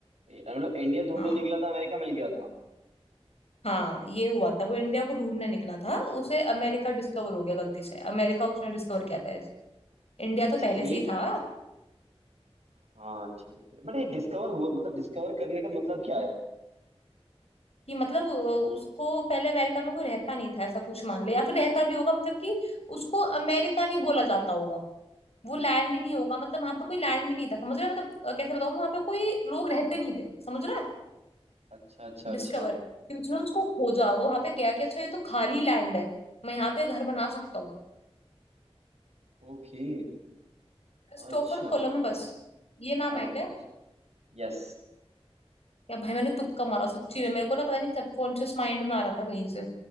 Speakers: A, on the right; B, on the left.
A: ए- मतलब इंडिया ढूंढने
B: हाँ
A: निकला था अमेरिका मिल गया था
B: हाँ ये हुआ था वो इंडिया को ढूंढने निकला था उसे अमेरिका डिस्कवर हो गया गलती से अमेरिका उसने डिस्कवर किया था इंडिया तो
A: अच्छा
B: पहले
A: ये
B: से ही था
A: हाँ ठीक है बट ये डिस्कवर हुआ मतलब डिस्कवर करने का मतलब क्या है
B: कि मतलब अ, उसको पहले अमेरिका में कोई रहता नहीं था ऐसा कुछ मान ले या फिर रहता भी होगा मतलब कि उसको अमेरिका नहीं बोला जाता होगा वो लैंड ही नहीं होगा मतलब वहां पे कोई लैंड ही नहीं था समझ रहे हो मतलब अ, कैसे बताऊँ वहां पे कोई लोग रहते नहीं थे समझ रहा है
A: अच्छा अच्छा अच्छा
B: डिस्कवर कि उसने उसको खोजा वो वहां पे गया कि अच्छा ये तो खाली लैंड है मैं यहाँ पे घर बना सकता हूँ
A: ओके
B: Christopher
A: अच्छा
B: Columbus
A: सम-
B: ये नाम
A: हाँ
B: है क्या
A: यस
B: या भाई मैंने तुक्का मारा सच्ची में मेरे को ना पता नहीं सबकॉन्शियस माइंड में आ रहा था कहीं से